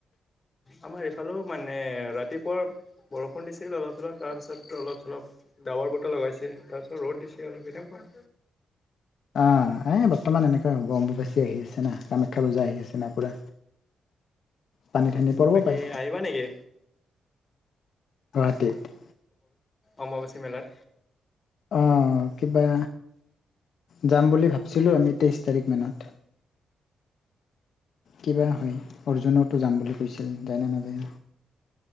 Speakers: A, on the left (about 35°); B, on the left (about 65°).
A: আমাৰ ইফালেও মানে ৰাতিপুৱা বৰষুণ দিছিল অলপ-চলপ তাৰপিছত অলপ-চলপ ডাৱৰ বতৰ লগাইছে তাৰপিছত ৰ'দ দিছে, অলপ সেনেকুৱা
B: অ, এ বৰ্তমান এনেকে অম্বুবাচী আহি আছে না, কামাখ্যা পূজা আহি আছে না পুৰা পানী ঠানি পৰিব
A: বাকি
B: পাই
A: আহিবা নেকি?
B: গুৱাহাটীত?
A: অম্বুবাচী মেলাত।
B: অ কিবা যাম বুলি ভাবছিলো আমি তেইছ তাৰিখ মানত কিবা হয়, অৰ্জুনতো যাম বুলি কৈছিল, যায় নে নাযায়।